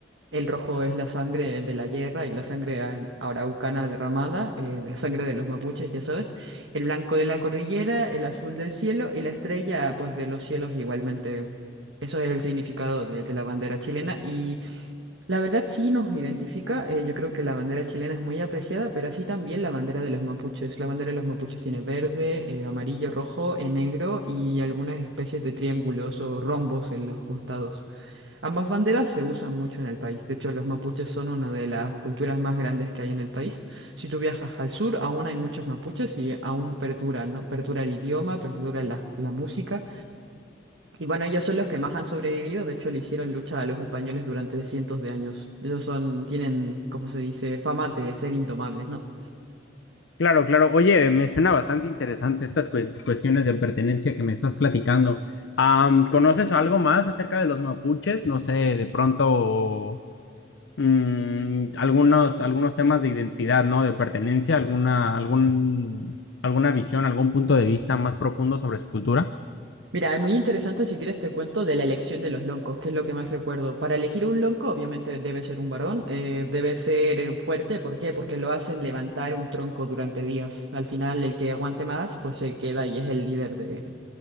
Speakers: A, on the right; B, on the left.
A: El rojo es la sangre de la guerra y la sangre ar- araucana derramada, eh, de la sangre de los mapuches, ya sabes. El blanco de la cordillera, el azul del cielo y la estrella, pues de los cielos igualmente. Eso es el significado de, de la bandera chilena y la verdad sí nos identifica. eh, yo creo que la bandera chilena es muy apreciada, pero así también la bandera de los mapuches. La bandera de los mapuches tiene verde, eh, amarillo, rojo, eh, negro y algunas especies de triángulos o rombos en los costados. Ambas banderas se usan mucho en el país. De hecho, los mapuches son una de las culturas más grandes que hay en el país. Si tú viajas al sur, aún hay muchos mapuches y aún perduran, ¿no? Perdura el idioma, perdura la, la música. Y bueno, ellos son los que más han sobrevivido. De hecho, le hicieron lucha a los españoles durante cientos de años. Ellos son, tienen, ¿cómo se dice? Fama de ser indomables, ¿no?
B: Claro, claro. Oye, me suena bastante interesante estas cue- cuestiones de pertenencia que me estás platicando. Am, ¿conoces algo más acerca de los mapuches? No sé, de pronto mm, algunos, algunos temas de identidad, ¿no? De pertenencia, alguna, algún, alguna visión, algún punto de vista más profundo sobre su cultura.
A: Mira, es muy interesante si quieres te cuento de la elección de los loncos, que es lo que más recuerdo. Para elegir un lonco, obviamente debe ser un varón, eh, debe ser eh, fuerte, ¿por qué? Porque lo hacen levantar un tronco durante días. Al final, el que aguante más, pues se queda y es el líder de,